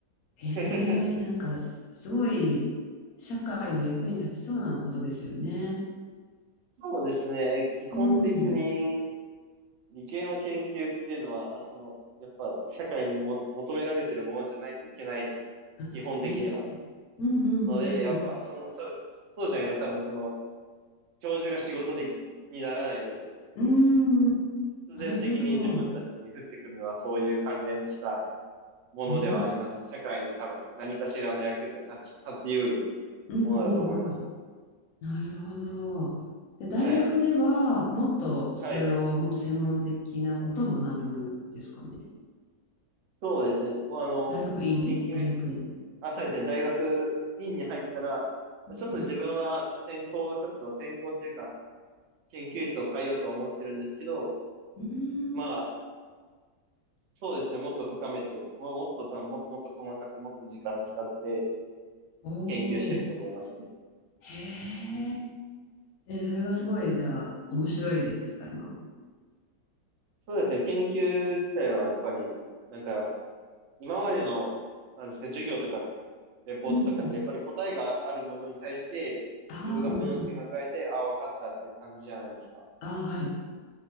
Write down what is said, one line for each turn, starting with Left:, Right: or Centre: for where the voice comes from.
Left: へ
Right: <laughs>
Left: え、なんかすすごい社会の役に立ちそうなことですよね。
Right: そうですね。基本的に、
Left: うん。
Right: 理系の研究っていうのは、その、やっぱ社会にも求められてるものじゃないといけない、
Left: あ、
Right: 基本的には。
Left: うん、うん、うん、
Right: ので、やっぱ、
Left: うん、
Right: その、そ、そうじゃないと多分その、教授が仕事でき、にならないので、
Left: うん。
Right: 必然的に自分たちに降ってくるのはそういう関連した
Left: なるほど。
Right: ものではありますね。
Left: うん、
Right: 社会に多分何かしらの役には立ち、立ち得る
Left: うん、
Right: ものだと思いますね。
Left: うん、うん。なるほど。で、大学では、
Right: はい。
Left: もっとそれを、
Right: はい。
Left: もっと専門的なことを学ぶんですかね。
Right: そうですね。もうあの、
Left: 大学院大学院。
Right: 研究、あ、そうですね。大学院に入ったら、
Left: うん。
Right: ちょっと自分は専攻を、ちょっと専攻というか、研究室を変えようとは思ってるんですけど、
Left: うー
Right: まあ、
Left: ん
Right: そうですね。もっと深めて、もうもっと多分、もっともっと細かく、もっと時間使って
Left: お
Right: 研究していくと思いますね。
Left: ー。へーえ。それがすごい、じゃあ、面白いですか、今も。
Right: そうですね。研究自体はやっぱり、なんか、今までの、なんですか、授業とか、レポートとかって、
Left: うんうん。
Right: やっぱり答えがあるものに対して、
Left: ああ、
Right: 自分がうんって考えて、
Left: うんうん。
Right: ああ、わかったっていう感じじゃないですか。
Left: ああ、はい。